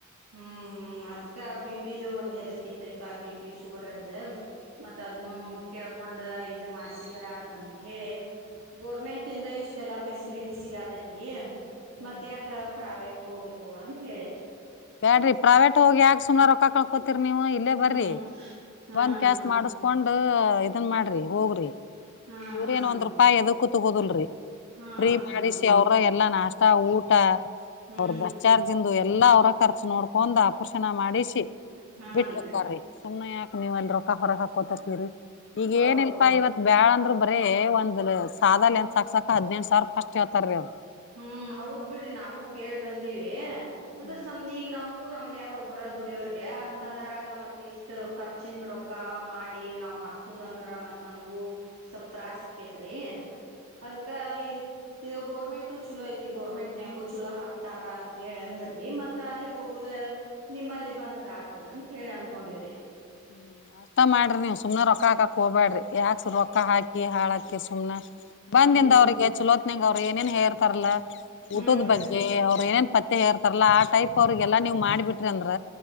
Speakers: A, on the right; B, on the left.
A: ಹ್ಮ್ ಹ್ಮ್ ಅದ್ಕ ಬಿಪಿ ಒಂದ್ ಹೆದ್ರಕಿತ್ರಿಪಾ ಬಿ ಪಿ ಶುಗರ್ದ. ಮತ್ತ ಮತ್ತ ಅದನ್ನು ಕೇಳ್ಕೊಂಡು ಇದು ಮಾಡ್ಸಿದ್ರ ಆತಂತ ಹೇಳಿ. ಗೋರ್ಮೆಂಟ್ ಇಂದ ಇಷ್ಟ ಎಲ್ಲ ಫೆಸಿಲಿಟಿ ಸಿಗಾತೈತಿ.
B: ಹ್ಮ್
A: ಮತ್ತ ಯಾಕ ಪ್ರಾವೇಟ್ ಹೋಗ್ಬೇಕು ಅಂತ ಹೇಳಿ
B: ಬೇಡಿ ಪ್ರೈವಟ್ ಹೋಗಿ ಸುಮಾರ ರೊಕ್ಕ ಕಕೋತಿರಿ. ನೀವು ಇಲ್ಲೇ ಬರ್ರಿ
A: ಹ್ಮ್ ಹಾನ್
B: ಬಂದ್ ಕೆಸ
A: ಹಾನ್
B: ಮಾಡಸ್ಕೊಂಡ್ ಇದನ್ ಮಾಡ್ರಿ ಹೋಗ್ರಿ.
A: ಹಾ
B: ಇವ್ರರೇನು
A: ಹಾನ್
B: ಒಂದ್ ರೂಪಾಯಿ ಯಾದುಕ್ಕು ತಗೋಬಂದರಿ
A: ಹಾ
B: ಪ್ರಿ
A: ಹಾ
B: ಮಾಡಿಸಿ ಅವರ ಎಲ್ಲ ಎಲ್ಲ ನಾಷ್ಟ ಊಟ
A: ಹೂನ್ರಿ
B: ಅವರ ಬಸ್ ಚಾರ್ಜ್ ಇಂದ ಎಲ್ಲ ಎಲ್ಲಾ ಅವರ ಖರ್ಚ ನೋಡ್ಕೊಂಡ್ ಅಪರ್ಷನ ಮಾಡಿಸಿ.
A: ಹಾನ್ರಿ
B: ಬಿಠಹೊಕ್ಕರಿ ಸುಮ್ಮನೆ ಯಾಕಕ್ ನೀವು ಅಲ್ಲಿ ರೊಕ್ಕ ಹೊರ ಹಕೋತೀರಿ ಈಗ
A: ಹೌ
B: ಏನ ಇಲ್ಪಾ ಇವತ್ ಬ್ಯಾಳಂದ. ಬರೇ ಒಂದ್ ಸಾದ ಲೆಂತ್ಸ್ ಹಾಕ್ಸಕ್ ಹದ್ನೆಂಟ ಸಾವಿರ ಫಸ್ಟ್ ಹೇಳ್ತಾರ ರೀ ಅವರ
A: ಹ್ಮ್ ಹೌದ್ ಬಿಡ್ರಿ ನಾವು ಕೇಳ ಬಂದಿವಿ ಅದರ
B: ಹ್ಮ್
A: ಸಂಬಂಧ ಈಗ ನಮ್ಗ ಗೂ ನಮ್ಮನ್ಯಾರ ಒಬ್ರ ದುಡಿಯವ್ರಿ ಅಂತಾದ್ರಾಗ ಮತ್ ಇಷ್ಟ್ ಖರ್ಚಿಂದ ರೊಕ್ಕ ಮಾಡಿ ನಾವ್ ಹಾಕ್ಸುದ ಅಂದ್ರ ಮತ್ ನಮ್ಗೂ ಸ್ವಲ್ಪ್ ತ್ರಾಸ್ ಅಕೇತ್ರಿ ಅದಕ್ಕ ಈ ಇದ ಗೌರ್ಮೆಂಟ್ ಪೇಮೆಂಟ್ ಚಲೋ ಐತಿ ಗೋರ್ಮೆಂಟ್ನ್ಯಾಗು ಚಲೋ ಹಾಕ್ತಾರ ಅಂತ ಹೇಳಿ ಅಂದ್ರಿ ಮತ್ತ ಅಲ್ಲಿ ಹೋಗುದ ನಿಮ್ಮಲ್ಲಿ ಬಂದ್ರ ಆತ ಅಂತತ್ ಹೇಳಿ ಅನ್ಕೊಂಡಿವ್ರಿ
B: ಹ್ಮ್ ಅಷ್ಟ ಮಾಡ್ರಿ ನೀವ್ ಸುಮನ ರೊಕ್ಕ ಹಾಕಕ್ ಹೊಗಬ್ಯಾಡ್ರಿ. ಯಾಕೆ
A: ಹ್ಮ್
B: ರೊಕ್ಕ ಹಾಕಿ ಹಾಳಕರಿ ಕ ಸುಮನ್ ಬಂದಿಂದ
A: ಹ್ಮ್ರೀ
B: ಅವ್ರಿಗೆ ಚಲೋ ನಂಗೆ ಅವರು ಏನೇನ್ ಹೇರ್ತಾರಲ್ಲ
A: ಹ್ಮ್ರೀ
B: ಊಟದ್ ಬಗ್ಗೆ ಅವ್ರ ಏನೆನ ಪತ್ತೆ ಹೇಳಿರತಿರಲ್ಲ ಆ ಟೈಪ್ ಅವ್ರಿಗೆಲ್ಲಾ ನೀವ್ ಮಾಡಿಬಿಟ್ರಿ ಅಂದ್ರ